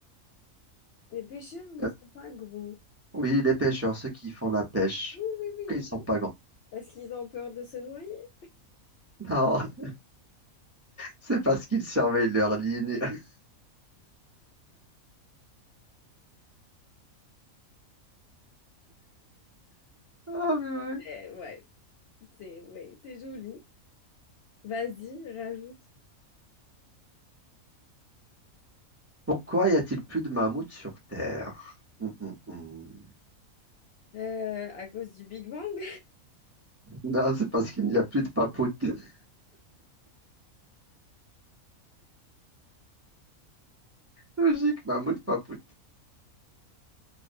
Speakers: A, on the left; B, on the right.
A: Les pêcheurs ne
B: Euh,
A: sont pas gros.
B: oui, les pêcheurs, ceux qui font la pêche.
A: Oui, oui,
B: Pourquoi ils sont
A: oui.
B: pas grands?
A: Parce qu'ils ont peur de se noyer.
B: Non, <laughs> c'est parce qu'ils surveillent leur ligne. <laughs> Ah, mais ouais.
A: Eh, ouais, c'est ouais, c'est joli. Vas-y, rajoute.
B: Pourquoi y a-t-il plus de mammouths sur Terre? Hum, hum, hum.
A: Euh, à cause du Big Bang,
B: Non, c'est parce qu'il n'y a plus de papoute. <laughs> Logique, mammouth, papoute.